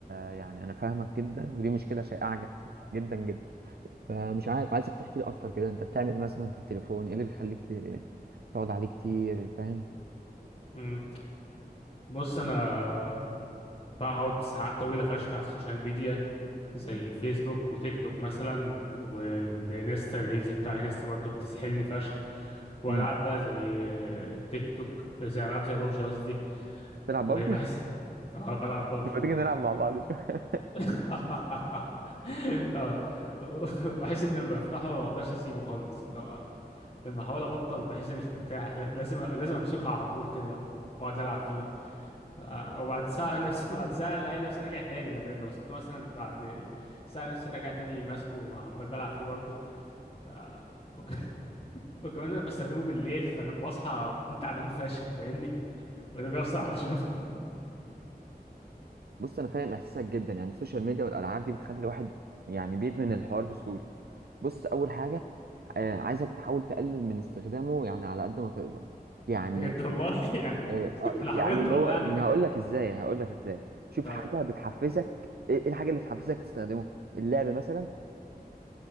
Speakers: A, on the right; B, on the left.
A: يعني أنا فاهمك جدا ودي مشكلة شائعة ج- جدا جدا فمش عارف عايزك تحكي لي أكتر كده أنت بتعمل إيه مثلا في التليفون إيه اللي بيخليك ت- <laughs> تقعد عليه كتير فاهم؟
B: مم. بص انا بقعد ساعات طويلة فشخ على السوشيال ميديا زي فيسبوك وتيك توك مثلا والانستا الريلز بتاع انستا برضه بتسحلني فشخ والعاب
A: مم.
B: بقى زي آه، تيك توك زي العاب زي بابجي قصدي
A: تلعب
B: وبحس
A: بابجي؟
B: اه بلعب بابجي
A: ما
B: اه
A: تيجي نلعب مع بعض شوية
B: <laughs> اه بحس ان لما بفتحه ما بقدرش اسيبه خالص لا لما احاول ابطل بحس اني مش مرتاح لازم لازم امسكه على طول كده واقعد العب فيه ف- وبعد ساعة نفسي <laughs> بعد ساعة الاقي نفسي راجع تاني لما لو سبته مثلا بعد ساعة نفسي راجع تاني ماسكه وعمال بلعب فيه برضه ف... وك... <laughs> وكمان انا بستخدمه بالليل فلما بصحى بكون تعبان فشخ فاهمني وده بيأثر على الشغل <laughs>
A: <laughs> بص أنا فاهم إحساسك جدا يعني السوشيال ميديا والألعاب دي بتخلي الواحد يعني بيدمن الحوار بسهولة بص أول حاجة آه، عايزك تحاول تقلل من استخدامه يعني على قد ما تقدر يعني
B: بجد والله <laughs> يعني
A: إيه، آه، يعني
B: انا حاولت
A: اللي
B: والله
A: هو
B: اعمل
A: من
B: كده
A: هقول لك ازاي هقول لك ازاي شوف
B: طيب
A: حاجه بتحفزك ايه إيه الحاجه اللي بتحفزك تستخدمه اللعب مثلا